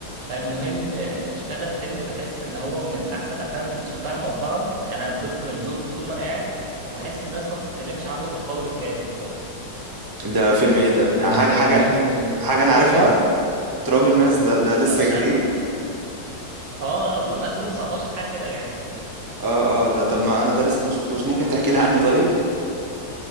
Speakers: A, on the right (about 65°); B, on the right (about 25°).
A: فالمهم آه، اشتغل فيلم بحس ان هو من احسن الافلام اللي شفتها مؤخرا يعني انا فضلت مشدود له طول ما انا قاعد وبحس الناس ما بتتكلمش عنه بالقدر الكافي خالص
B: ده فيلم ايه ده
A: يعني
B: يعني حاجة
A: كان
B: حاجة
A: فيلم آه،
B: حاجة
A: تراب
B: انا عارفها
A: الماس
B: تراب الماس ده ده لسه
A: أنا مش
B: جديد
A: عارف اه اظن 2019 حاجه كده يعني
B: اه اه ده طب ما انا ده لسه ما شفتوش ممكن تحكي لي عنه طيب